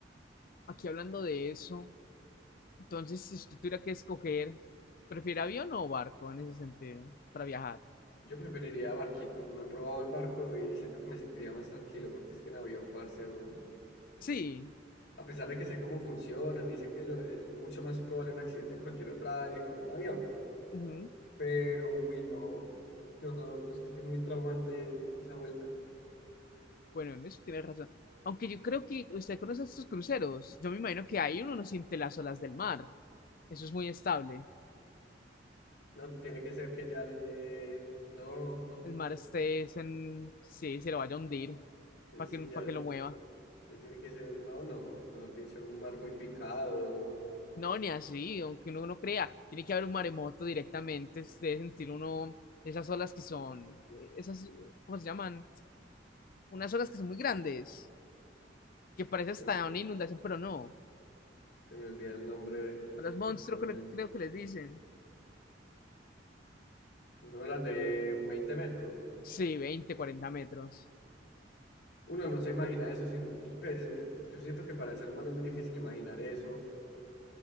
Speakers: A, on the left; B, on the left.
A: Aquí hablando de eso, entonces si usted tuviera que escoger, ¿prefiere avión o barco en ese sentido para viajar?
B: Yo preferiría barquito, no he probado el barco y siento que me sentiría más tranquilo porque es que en avión, parce, uno.
A: Sí.
B: A pesar de que sé cómo funcionan y sé que lo- es mucho más probable un accidente en cualquier otra área que en un avión.
A: Ujú.
B: Pero, uy, no, qué horror. Yo siento que es muy traumante esa vuelta.
A: Bueno, en eso tienes razón. Aunque yo creo que usted conoce estos cruceros. Yo me imagino que ahí uno no siente las olas del mar. Eso es muy estable.
B: No, tiene que ser que ya le dé- No, <laughs> mm,
A: El mar este es en... Sí, se lo vaya a hundir
B: eh,
A: para
B: sí,
A: que, para
B: ya
A: que lo mueva.
B: ya tiene que ser. No, no, mejor dicho, un mar muy picado.
A: No, ni así, aunque uno no crea. Tiene que haber un maremoto directamente. se Debe sentir uno esas olas que son... eh, Esas, ¿cómo se llaman? Unas olas que son muy grandes. Que parece hasta
B: Se me,
A: una inundación, pero no.
B: se me olvida el nombre
A: Olas monstruo,
B: actualmente.
A: creo creo que les dicen.
B: Es una de las de 20 metros.
A: Sí, 20, 40 metros.
B: Uno no se imagina eso. Sin, pues, eh, yo siento que para el ser humano es muy difícil imaginar eso